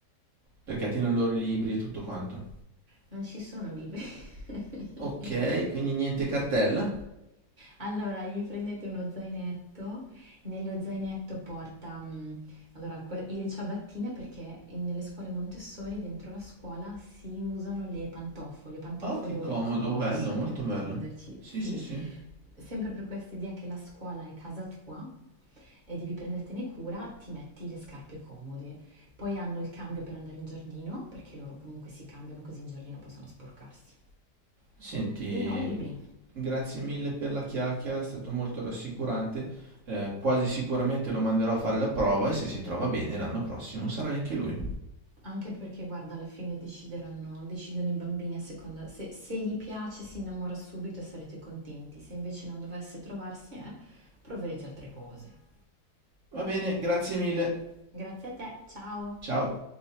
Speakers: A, on the right; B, on the right.
A: perché tiene loro i libri e tutto quanto.
B: non ci sono liberi. <laughs>
A: Ok, quindi niente cartella?
B: Allora, gli prendete uno zainetto, nello zainetto porta mm, allora, que- le ciabattine perché in- nelle scuole Montessori, dentro la scuola, si usano le pantofole, le pantofole
A: Oh, che
B: o
A: comodo,
B: le Crocs
A: bello, molto
B: per intenderci,
A: bello. Sì,
B: sì,
A: sì, sì.
B: sempre per questa idea che la scuola è casa tua e devi prendertene cura, ti metti le scarpe comode. Poi hanno il cambio per andare in giardino, perché loro comunque si cambiano così in giardino possono sporcarsi.
A: Senti,
B: E no ai libri,
A: grazie mille per la chiacchiera, è stato molto rassicurante. Eh, quasi sicuramente lo manderò a fare la prova e se si trova bene l'anno prossimo sarà anche lui.
B: anche perché guarda alla fine decideranno, decidono i bambini a seconda, se, se gli piace si innamora subito e sarete contenti, se invece non dovesse trovarsi eh, proverete altre cose.
A: Va bene, grazie mille.
B: Grazie a te, ciao!
A: Ciao.